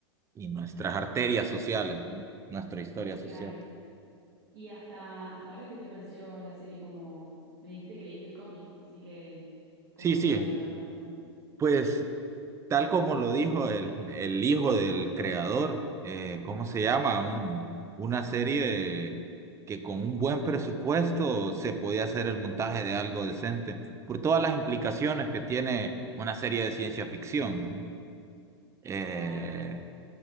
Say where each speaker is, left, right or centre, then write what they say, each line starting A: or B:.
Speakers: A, on the right (about 20°); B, on the right (about 60°).
A: y nuestras arterias sociales, ¿no? Nuestra historia
B: claro.
A: social.
B: Y hasta, hasta ahora, ¿qué te pareció la serie? Como me dijiste que leíste el cómic, así que, ¿cómo
A: Sí,
B: te
A: sí,
B: parece la adaptación?
A: pues tal como lo dijo el, el hijo del creador, eh, ¿cómo
B: Ajá,
A: se llama? Un, una serie que con un buen presupuesto se podía hacer el montaje de algo decente, por todas las implicaciones que tiene una serie de ciencia ficción, ¿no? Eh,
B: claro.